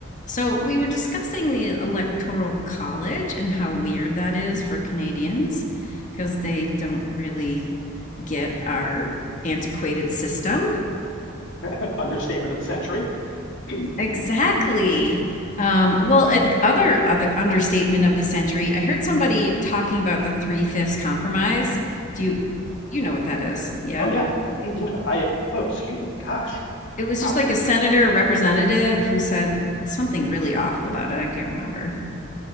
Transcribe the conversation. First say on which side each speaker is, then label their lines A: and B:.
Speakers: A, on the left; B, on the left.
A: So we were discussing the Electoral College and how weird that is for Canadians because they don't really get our antiquated system.
B: <laughs> understatement of the century. <clears throat> oh
A: Exactly. Um, well, a- other other understatement of the century. I heard somebody talking about the Three Fifths Compromise. Do you you know what that is? Yeah.
B: yeah, yeah. I oh excuse me. Gosh,
A: It was
B: wow.
A: just like a senator or representative who said something really awful about it. I can't remember.